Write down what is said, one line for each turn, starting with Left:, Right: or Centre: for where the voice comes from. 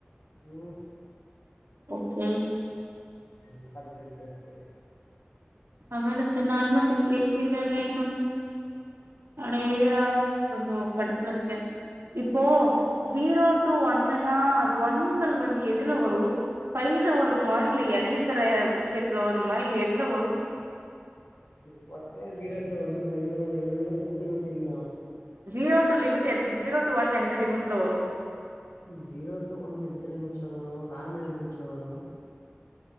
Left: ம்
Right: ஓகே
Left: ம் படி படி படி படி
Right: அவளுக்கு நா இன்னு டெஸ்டே <unintelligible> க்க வேண்டும் அட இருடா கொஞ்சோ கடுப்புல இருக்கே இப்போ ஜீரோ டூ ஒன்னுன்னா அது ஒண்ணுங்கறது வந்து எதுல வரு ஃபையில்ல வருமா இல்ல எல்லுங்கற விஷ்யத்துல வருமா இல்ல எதுல வரு
Left: ம் மொட்டயா ஜீரோட்டு ஒண்ணு ஃபைய்ல எல்ன்னா எனக்கு என்ன தெரியு
Right: zero to லிவிட்டு N zero to ஒன்னு எந்த லிமிட்ல வரு
Left: ஜீரோ டூ ஒன்னு எந்த லிமிட்ல வரு நார்மல் லிமிட்ல வரு